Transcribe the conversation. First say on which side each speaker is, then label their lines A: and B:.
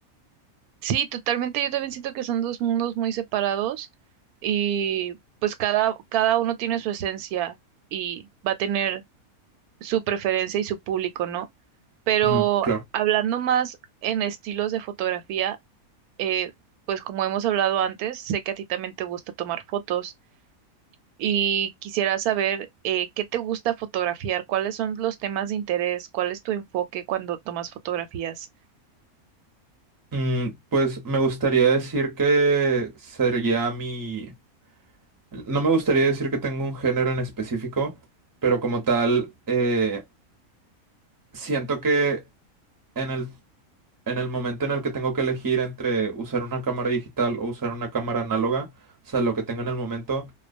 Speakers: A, on the right (about 85°); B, on the right (about 20°).
A: Sí, totalmente. Yo también siento que son dos mundos muy separados y pues cada, cada uno tiene su esencia y va a tener su preferencia y su público, ¿no? Pero
B: Ujú, claro.
A: hablando más en estilos de fotografía, eh, pues como hemos hablado antes, sé que a ti también te gusta tomar fotos y quisiera saber eh, qué te gusta fotografiar, cuáles son los temas de interés, cuál es tu enfoque cuando tomas fotografías.
B: Mm, pues me gustaría decir que sería mi... No me gustaría decir que tengo un género en específico, pero como tal, eh, siento que en el En el momento en el que tengo que elegir entre usar una cámara digital o usar una cámara análoga, o sea, lo que tenga en el momento